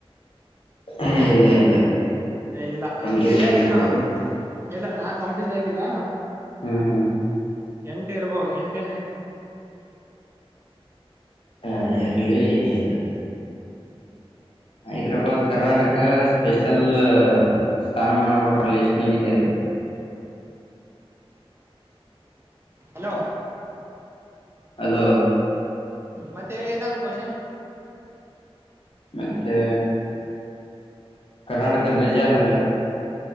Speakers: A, on the left; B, on the right.
A: ಹ ಇಲ್ಲ ಇಲ್ಲ
B: ಇಲ್ಲ
A: ಕಂಪ್ಲೀಟ್
B: ಎಂಟಿದೆ
A: ಆಗಿರ್ಬೋದು
B: ನೀನು ಇಲ್ಲ ನಾ ಕಂಪಿಸಕಿಲ್ಲ
A: ಹ್ಮ್ ಹ್ಮ್
B: ಎಂಟ ಇರ್ಬೋ ಎಂಟನೆ
A: ಹಾ ಎರ್ಲಿ ಇದು ಹೈದ್ರಾಬಾದ್ ಕರ್ನಾಟಕ ಸ್ಪೆಷಲ್ ಸ್ಥಾನಮಾನ ಕೊಟ್ರಲ್ಲ ಎಷ್ಟನವಿದ ಅದು
B: ಹಲೋ
A: ಅಲೋ
B: ಮತ್ತೆ ಹೇಳಿ ಏನಾದ್ರು ಕ್ವಶನ್
A: ಮತ್ತೇ ಕರ್ನಾಟಕ ಧ್ವಜ ಅದೆಲ್ಲ